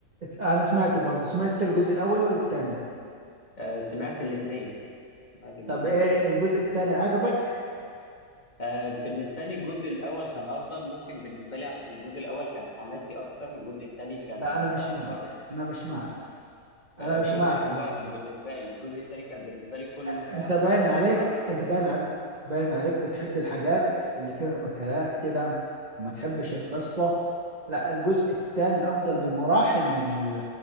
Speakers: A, on the right; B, on the left.
A: انا سمعته برضه سمعت الجزء الاول ولا التاني
B: آه، سمعت الاثنين سمعت الجزئين
A: طب ايه الجزء التاني عجبك
B: آه، بالنسبة لي الجزء الأول كان أفضل ممكن بالنسبة لي عشان الجزء الأول كان حماسي أكتر الجزء الثاني كان
A: لا انا مش
B: يعتبر
A: معك انا مش معك
B: آه،
A: انا مش
B: جزء
A: معك
B: روائي
A: صراحة
B: بالنسبة لي الجزء الثاني كان بالنسبة لي كله
A: انت
B: فاهم
A: باين عليك
B: قصة
A: انت باين عليك باين عليك بتحب الحاجات اللي فيها قتالات كده وما تحبش القصة لا الجزء التاني افضل بمراحل من ال-